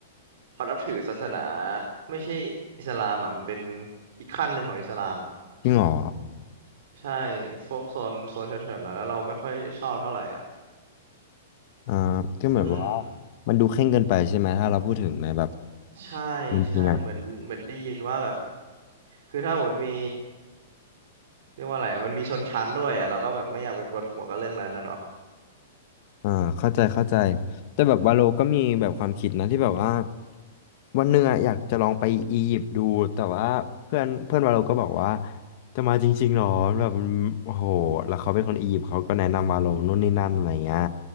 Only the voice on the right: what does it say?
เขานับถือศาสนาไม่ใช่อิสลามอ่ะมันเป็นอีกขั้นหนึ่งของอิสลามอ่ะ
ใช่พวกโซนโซนแถวๆนั้นแล้วเราไม่ค่อยชอบเท่าไหร่อ่ะ
อืม
ใช่
ใช่เหมือนเหมือนได้ยินว่าแบบคือถ้าหมดมีเรียกว่าอะไรอะมันมีชนชั้นด้วยอ่ะเราก็แบบไม่อยากไปปวดหัวกับเรื่องนั้นนะเนาะ
อียิปต์